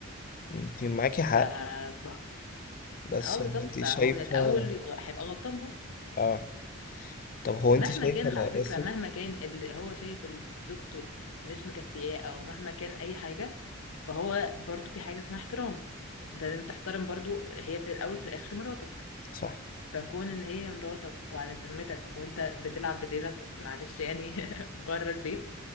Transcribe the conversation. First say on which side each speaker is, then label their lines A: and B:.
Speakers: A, on the left; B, on the left.
A: انت معاكي حق
B: ف ف-
A: بس
B: اه بالظبط
A: هو انت شايفة
B: فهو من الاول يبقى هيبقى غلطان برضه
A: اه طب هو انت
B: مهما
A: شايفة
B: كان على
A: انا
B: فكره
A: اسف
B: مهما كان اللي هو شايف إن زوجته مش مكفياه او مهما كان اي حاجه فهو برضو في حاجة اسمها احترام ده لازم تحترم برضو هي في الأول في الآخر مراتك
A: صح
B: فكون إن هي مراتك وعلى ذمتك وأنت بتلعب بديلك معلش يعني <laughs> بره البيت